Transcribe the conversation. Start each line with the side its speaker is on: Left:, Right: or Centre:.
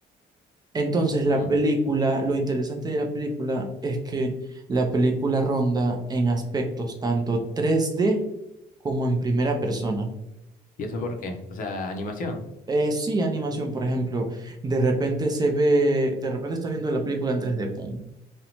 Right: Entonces,
Left: Mm,
Right: la película, lo interesante de la película es que la película ronda en aspectos tanto tres d como en primera persona.
Left: ¿Y eso por qué? O sea, animación.
Right: Eh, sí, animación, por ejemplo, de repente se ve, de repente está viendo la película en tres d pum.